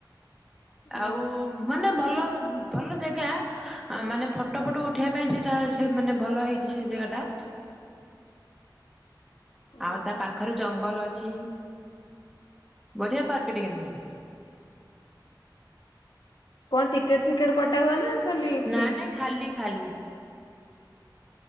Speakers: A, on the left (about 80°); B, in the centre.
A: ଉଁ
B: ଆଉ ମାନେ ଭଲ ଭଲ ଜେଗା ଆ ମାନେ ଫଟୋ ଫଟୋ ଉଠେଇବା ପାଇଁ ସେଇଟା ସେ ମାନେ ଭଲ ହେଇଚି ସେ ଜେଗା ଟା।
A: ହୁଁ
B: ଆଉ ତା ପାଖରେ ଜଙ୍ଗଲ ଅଛି, ବଢିଆ ପାର୍କ ଟେ କିିନ୍ତୁ।
A: କଣ ଟିକେଟ୍ ଫିକେଟ୍ କଟା ହୁଏ ନା? ଖାଲି ଫ୍ରି
B: ନା ନାଇଁ ଖାଲି ଖାଲି।